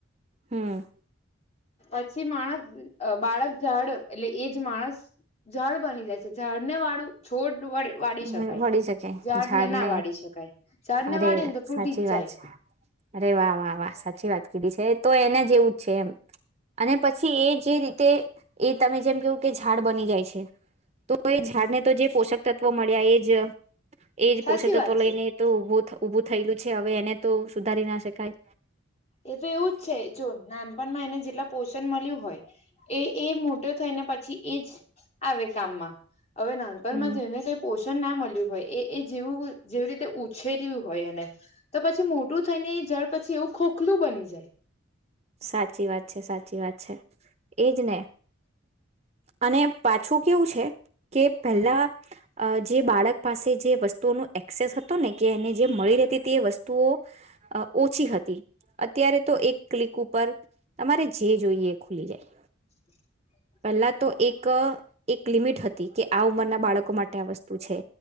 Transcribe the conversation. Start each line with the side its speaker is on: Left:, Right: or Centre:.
Right: હમ.
Left: પછી માણસ બાળક ઝાડ એટલે એજ માણસ ઝાળ બની જાય છે ઝાળ ને વાળું છોડ <unintelligible> વાળી
Right: હમ
Left: શકાય.
Right: વળી શકે
Left: ઝાડ
Right: ઝાડને
Left: ને ના વાળી શકાય ઝાડ ને
Right: અરે
Left: વાળીએ ને તો
Right: સાચી
Left: તૂટી જ
Right: વાત
Left: જાય.
Right: છે અરે વાહ વાહ વાહ સાચી વાત કીધી છે, તો એને જેવું જ છે એમ અને પછી એ જે રીતે એ તમે જેમ કેવું કે ઝાડ બની જાય છે, તો એ ઝાડ ને તો જે પોષક તત વ મળ્યા એજ એજ
Left: સાચી
Right: પોષકતત્વ
Left: વાત
Right: લઈને
Left: છે
Right: તો ઉભું થ ઊભું થયેલું છે હવે એને તો સુધારી ના શકાય.
Left: એ તો એવું જ છે જો નાનપણમાં એના જેટલા પોષણ મળ્યું હોય. એ એ મૂર થઈને પછી એજ આવે કામમાં. હવે નાનપણમાં
Right: હમ
Left: જેને કઈ પોષ ના મળ્યું હોય એ એ જેવું જેવી રીતે ઉછેર્યું હોય એને. તો પછી મોટું થઈને જડ પછી ખોખલું બની જાય.
Right: સાચી વાત છે સાચી વાત છે. એજ ને. અને પાછું કેવું છે કે પેલા અ જે બાળક પાસે જે વસ્તુઓનો એક્સેસ હતો ને કે એને જે મળી રહે તે એ વસ્તુ તુંઓ, ઓછી હતી. અત્યારે તો એક ક્લિક ઉપર તમારે જે જોઈએ એ ખુલી જાય.
Left: <inaudible>
Right: પહેલા તો એક એક એક લિમિટ હતી કે આ ઉંમરના બાળકો માટે આ વસ્તુ છે,